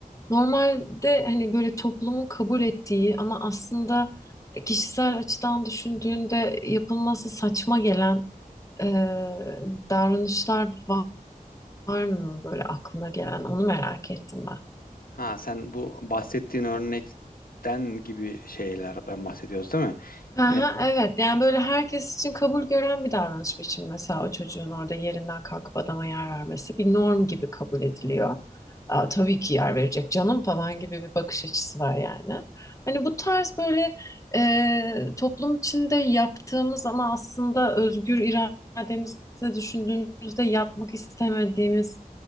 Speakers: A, on the left; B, on the left.
A: Normalde hani böyle toplumun kabul ettiği ama aslında kişisel açıdan düşündüğünde yapılması saçma gelen e, davranışlar var, var mı böyle aklına gelen onu merak ettim ben.
B: Ha sen bu bahsettiğin örnekten gibi şeyler ben bahsediyoruz değil mi?
A: Aha,
B: E,
A: evet yani böyle herkes için kabul gören bir davranış biçimi mesela o çocuğun orada yerinden kalkıp adama yer vermesi bir norm gibi kabul ediliyor. Aa, tabii ki yer verecek canım falan gibi bir bakış açısı var yani. Hani bu tarz böyle e, toplum içinde yaptığımız ama aslında özgür irademizle düşündüğümüzde yapmak istemediğimiz